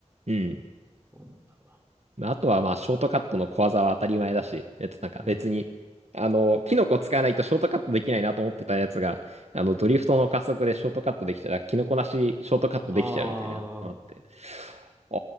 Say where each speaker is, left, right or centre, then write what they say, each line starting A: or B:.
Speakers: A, on the right (about 65°); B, on the right (about 15°).
A: う。うん。
B: どうなんだろ
A: まあとはまあ、ショートカットの小技は当たり前だし、えっと、なんか別に、
B: うな。うん。
A: あの、キノコ使わないとショートカットできないなと思ってたやつが、あの、ドリフトの加速でショートカットできたら、キノコなしショートカットできちゃうみたいなのがあって、
B: ああ、
A: あ